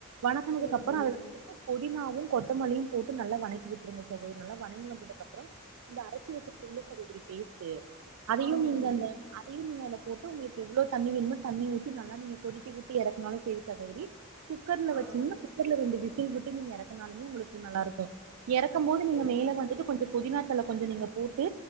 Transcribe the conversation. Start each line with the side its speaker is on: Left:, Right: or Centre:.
Right: வணக்கனதுக்கு
Left: செரிங்க
Right: அப்புறோ
Left: தோழி
Right: அதுல வந்துட்டு புதினாவு கொத்தமல்லியு போட்டு நல்லா வணக்கி விட்டுருங்க சகோதரி நல்லா வணங்கி வந்ததுக்கு அப்புறோ இந்த அரைச்சு வச்சு சிங்கல்ல சகோதரி பேஸ்ட்டு அதையு
Left: ஆமாங்க
Right: நீங்க
Left: தோழி
Right: அந்த அதையு நீங்க அதுல போட்டு உங்களுக்கு எவ்ளோ தண்ணி வேணுமோ தண்ணி ஊத்தி நல்லா நீங்க கொதிக்க விட் டு இறக்குனாலு செரி சகோதிரி குக்கர்ல
Left: ஆ
Right: வச்சிங்கன்னா குக் கர்ல ரெண்டு விசில் விட்டு நீங்க இறக்கனாலுமே உங்களுக்கு நல்லா இருக்கு இறக்கும் போது
Left: செரி
Right: நீங்க
Left: செரி
Right: மேல வந்துட்டு கொஞ்ச புதினாத்தலை கொஞ்ச நீங்க போட்டு